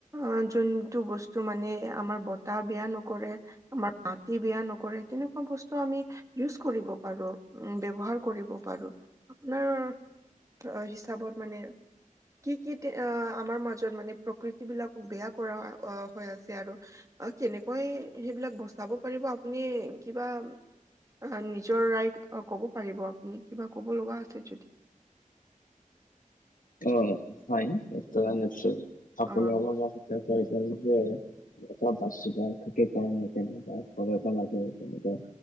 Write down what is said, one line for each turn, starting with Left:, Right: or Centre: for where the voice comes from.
Right: আঁ যোনটো বস্তু মানে আমাৰ বতাহ বেয়া নকৰে আমাৰ মাটি বেয়া নকৰে তেনেকুৱা বস্তু আমি ইউজ কৰিব পাৰোঁ, উম ব্যৱহাৰ কৰিব পাৰোঁ আপোনাৰ- অ' হিচাপত মানে। কি কি তে--আ আমাৰ মাজত মানে প্ৰকৃতি বিলাকক বেয়া কৰা হয় - অঁ হয় আছে আৰু। অ', কেনেকৈ সেইবিলাক বচাব পাৰিব আপুনি কিবা অঁ, নিজৰ ৰাইড ক'ব পাৰিব আপুনি? কিবা ক'ব লগা আছে যদি।
Left: অঁ, হয় এইটো বাৰু নেচাৰেল। আপুনি
Right: অ
Left: অলপ আগতে কৈছিলে যে এটা বাচুদাৰ থাকে সেইকাৰণে তেনেকুৱা কৰাব লাগে। তেনেকুৱা